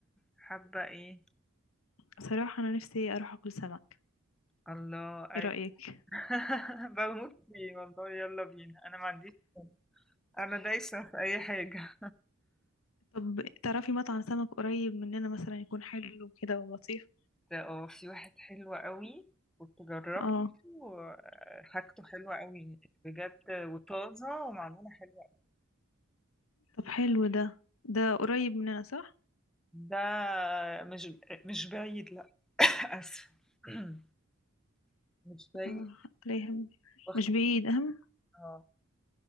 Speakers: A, in the centre; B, on the left.
A: حابه ايه
B: صراحه انا نفسي اروح اكل سمك
A: الله ايوه
B: ايه رايك
A: <laughs> بموت فيه والله يلا بينا انا ما عنديش انا دايسه في اي حاجه
B: طب تعرفي مطعم سمك قريب مننا مثلا يكون حلو كده ولطيف
A: اه في واحد حلو قوي كنت جربته
B: اه
A: وحاجته حلوة قوي بجد وطازة ومعمولة حلوة
B: طب حلو ده ده قريب مننا صح
A: ده مش مش بعيد لا <laughs> آسف <clears throat> مش بعيد
B: آه، عليهم
A: وقت
B: مش بعيد أهم
A: اه